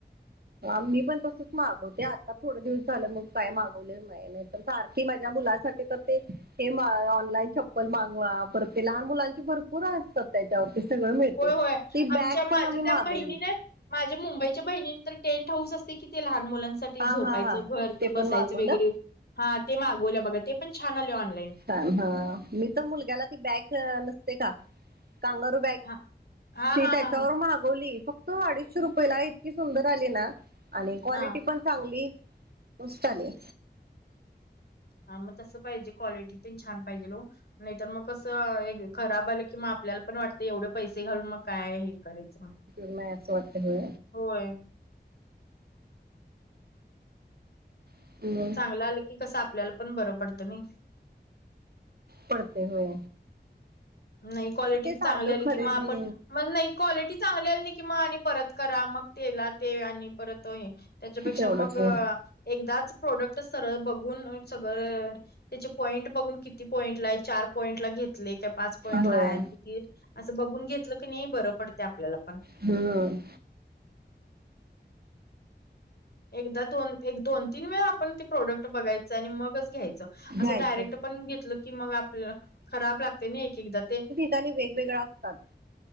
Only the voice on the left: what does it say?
होय
होय आमच्या
माझ्या
त्या
बहिणीने माझ्या मुंबईच्या बहिणीने तर... टेंट हाऊस असते कि ते लहान मुलांसाठी-
ते झोपायचं
घर ते बसायचं
वगैरे हा ते मागवलं बघा ते पण छान आलय ऑनलाईन.
हा हा
हा
हा हा
हा
हा म तसं पाहिजे क्वालिटी ते छान पाहिजेल ओ नाही तर मग कस- त खराब आल की मग आपल्याला पण वाटत एवढे पैसे घालून मग काय हे करायचं मग-
होय....
चांगलं आलं की कसं आपल्याला पण बरं पडतं नाही-
नाही क्वालिटी बी
चांगली आली
कि मग आपण मग नाही क्वालिटी... ती चांगली आली नाही कि मग आणि परत करा मग तेला ते आणि परत हे- त्याच्यापेक्षा
मग एकदाच प्रोडक्ट सरळ बघून सगळं- त्याचे पॉईंट बघून किती पॉईंट ला चार पॉईंट ला घेतले का- पाच पॉईंटला
आहे की असं बघून घेतलं की नाही बरं पडते आपल्याला पण.
एकदा दोन एक दोन तीन वेळा आपण ते प्रोडक्ट बघायचं आणि मगच घ्यायचं.
असं डायरेक्ट आपण घेतलं की मग आपल्याला खराब लागते ना एक एकदा ते-